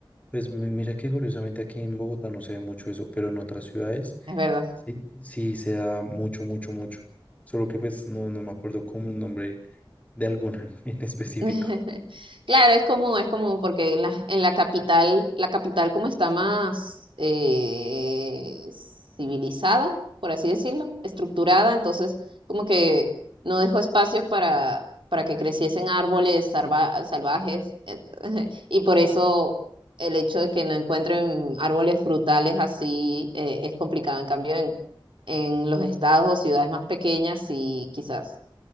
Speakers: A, on the left; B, on the right.
A: Pues mi- mira que curiosamente aquí en Bogotá no se ve mucho eso, pero en otras ciudades
B: Es verdad.
A: sí, sí se da mucho, mucho, mucho. Solo que pues no, no me acuerdo como el nombre de alguna <laughs> en específico.
B: <laughs> Claro, es común, es común, porque en la, en la capital, la capital como está más eh, civilizada, por así decirlo, estructurada, entonces como que no dejó espacios para, para que creciesen árboles salva- salvajes, et- <laughs> y por eso el hecho de que no encuentren árboles frutales así eh, es complicado. En cambio, en, en los estados o ciudades más pequeñas, sí, quizás